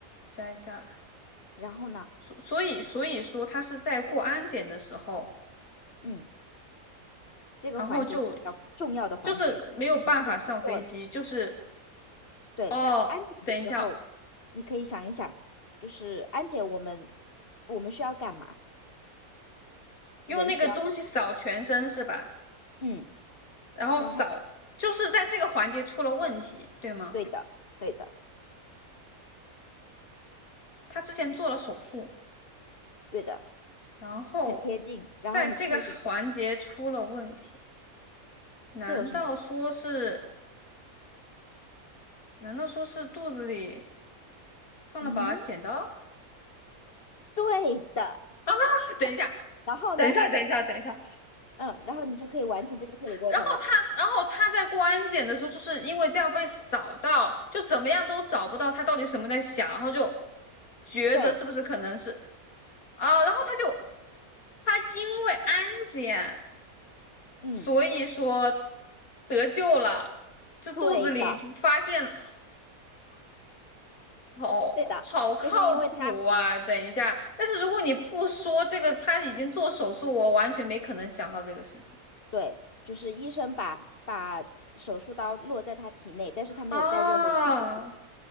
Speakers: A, on the left; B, on the left.
A: 摘下来，
B: 然后呢，
A: 所所以所以说他是在过安检的时候，
B: 嗯，这个环节是比较重要的环节，
A: 然后就就是没有办法上飞机，
B: 你可以通过就是
A: 就是
B: 对，
A: 哦。
B: 在安检的时候，
A: 等一下，
B: 你可以想一想，就是安检我们我们需要干嘛？
A: 用那个东西扫全身是吧？
B: 人需要干嘛，嗯，
A: 然后扫就是在这个环节出了问题，
B: 然后
A: 对吗？
B: 对的，对的，
A: 他之前做了手术，
B: 对的，
A: 然后
B: 很贴近。然后你推理，
A: 在这个环节出了问题，难道说是？
B: 这有什么？
A: 难道说是肚子里放了把剪刀？
B: 嗯，对的，
A: <laughs>
B: 是的。
A: 等一下，
B: 然后呢？
A: 等一下，等一下，等一下。
B: 嗯，然后你就可以完成这个推理过程了。
A: 然后他，然后他在过安检的时候，就是因为这样被扫到，就怎么样都找不到他到底什么在想，然后就觉得是不是可能是
B: 对，
A: 啊，呃然后他就他因为安检，
B: 嗯，
A: 所以说得救了，就肚子里就发现了。
B: 对的，
A: 好好靠谱啊！
B: 对的，就是因为他，
A: 等一下，但是如果你不说这个，他已经做手术，我完全没可能想到这个事情
B: 对，就是医生把把手术刀落在他体内，但是他没有带任何金属制品，
A: 啊